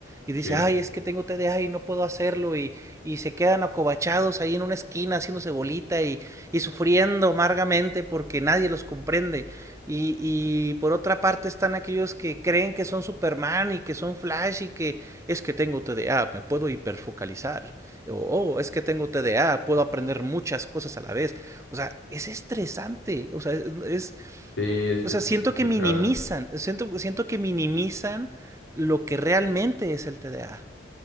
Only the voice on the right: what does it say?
y dice,
ay, es que tengo TDA y no puedo hacerlo, y, y se quedan acobachados ahí en una esquina haciéndose bolita y, y sufriendo amargamente porque nadie los comprende. Y, y por otra parte están aquellos que creen que son Superman y que son Flash y que es que tengo TDA, me puedo hiperfocalizar, o "Oh, es que tengo TDA, puedo aprender muchas cosas a la vez. O sea, es estresante, o sea, es-
o
sea, siento
que minimizan, siento, siento que minimizan lo que realmente es el TDA.